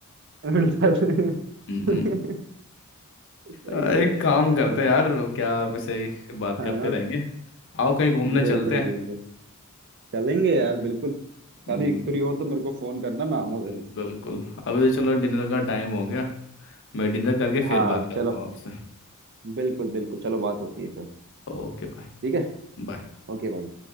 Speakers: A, on the right; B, on the left.
A: हट जाते हैं।
B: हम्म,
A: <laughs> सही
B: आ, एक
A: है यार
B: काम करते हैं यार क्या वैसे ही
A: हाँ
B: बात करते रहेंगे आओ कहीं घूमने
A: बिल्कुल
B: चलते हैं
A: बिल्कुल चलेंगे यार बिल्कुल
B: हम्म,
A: कभी फ्री हो तो मेरे को फोन करना मैं आऊंगा
B: हम्म,
A: जरूर
B: बिल्कुल अभी तो चलो डिनर का टाइम हो गया मैं डिनर करके
A: हाँ
B: फिर बात करता
A: चलो
B: हूँ आपसे
A: बिल्कुल बिल्कुल चलो बात होती है फिर
B: Okay bye
A: ठीक है
B: बाय
A: ओके भाई